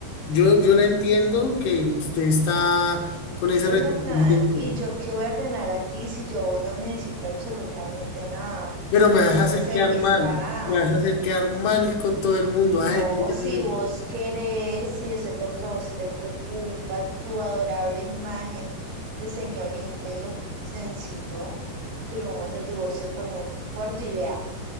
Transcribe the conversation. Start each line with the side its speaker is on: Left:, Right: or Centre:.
Left: Yo, yo la entiendo que usted está con ese
Right: Jonathan,
Left: resentimiento,
Right: ¿y yo qué voy a ganar aquí si yo no necesito absolutamente nada?
Left: pero me vas
Right: No
Left: a hacer
Right: me servís
Left: quedar mal.
Right: para nada.
Left: Me vas a hacer quedar mal con todo el mundo.
Right: No,
Left: Ay, que yo,
Right: si
Left: no
Right: vos querés, si eso es lo que a vos te preocupa, tu adorable imagen de señor íntegro, sencillo, firmamos el divorcio por mutuo acuerdo y vea,